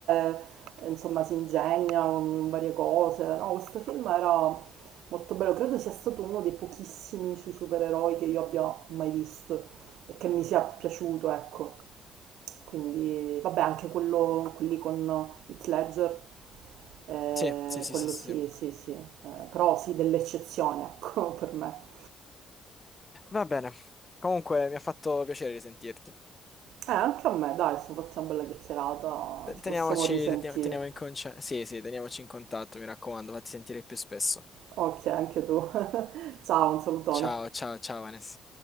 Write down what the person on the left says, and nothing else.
Sì, sì, sì,
sì, sì.
sì.
Va bene. Comunque mi ha fatto piacere risentirti.
Te-
Teniamoci,
teniamo, teniamo in conce- Sì, sì, teniamoci in contatto, mi raccomando, fatti sentire più spesso.
Ciao, ciao, ciao, Vanessa.